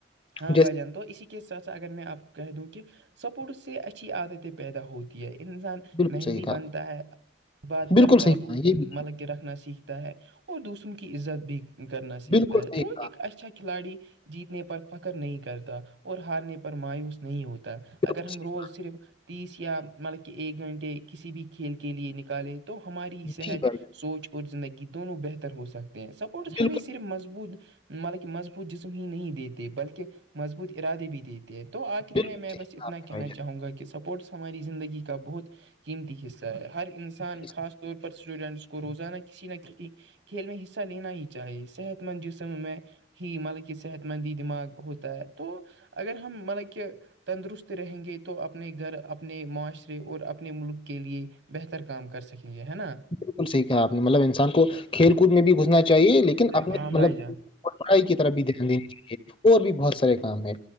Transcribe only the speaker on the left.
جیسے
بالکل
صحیح کہا
بالکل
صحیح کہا یہ بھی
بالکل
صحیح
کہا
بالکل
صحیح
جی بھائی
بالکل
بالکل
صحیح
کہا
آپ نے
بھائی
جان جی،
بالکل صح کہ آپ مطلب انسان کو کھیل کود میں بھی گھسنا چاہیے لیکن اپنی
مطلب
پڑھائی کی طرف بھی دھیان دینا چاہیے اور بھی بہت سارے کام ہیں